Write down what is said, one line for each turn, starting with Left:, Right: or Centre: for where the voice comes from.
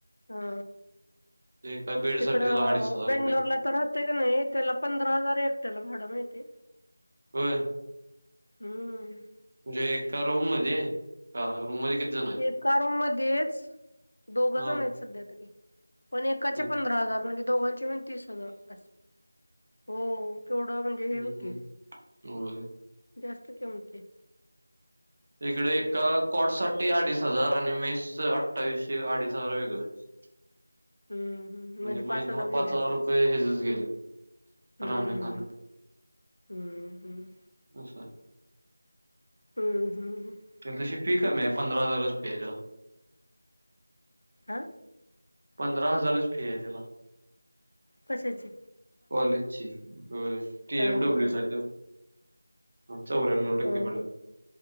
Left: हा
Right: एका बेड
Left: तिकडं
Right: साठी त्याला अडीच हजार
Left: बेंगलोरला
Right: रुपये
Left: तर राहते की नाही त्याला पंधरा हजार एकट्याला भाडं माहिती
Right: हो
Left: हम्म
Right: म्हणजे एका रूम मध्ये का रूम मध्ये किती जण आहेत
Left: एका रूम मध्येच दोघ जण
Right: हा
Left: आहेत सध्या तरी पण एकाचे
Right: मग
Left: पंधरा हजार म्हणजे दोघांचे पण तीस हजार असे हो चोडा म्हणजे हे
Right: हम्म
Left: पकी
Right: हम्म होय
Left: जास्त कमते
Right: इकडे एका कोॉट साठी अडीच हजार आणि मेस अठ्ठावीसशे अडीच हजार वेगळंच
Left: हम्म हम्म
Right: म्हणजे महिन्याला
Left: गेले
Right: पाच
Left: असेच
Right: हजार रुपये हजच गेले
Left: हम्म
Right: राहना खान
Left: हम्म हम्म
Right: अचछा
Left: हम्म हम्म हम्म
Right: तर तशी फी कमी आहे पंधरा हजार रच फी आहे जरा
Left: आह
Right: पंधरा हजारच फी आहे त्याला
Left: कशाची
Right: कॉलेजची टी
Left: हा
Right: एमडब्ल्यू
Left: हा
Right: सा
Left: हा
Right: चौरा्या्णव टके
Left: ह
Right: पला
Left: ह